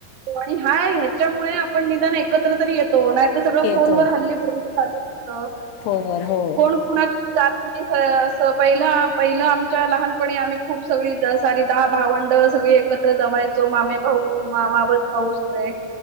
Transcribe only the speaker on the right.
आणि हा ह्याच्यामुळे आपण निदान एकत्र येतो नाही तर सगळं
फोनवर हल्ली बोल चालू <unintelligible>
कोण कुणाकडे जात नाही पहिला पहिलं आमच्या लहानपणी आम्ही खूप सगळी सारी दहा भावंड सगळी एकत्र जमायचो मामे भाऊ मावस भाऊ सगळे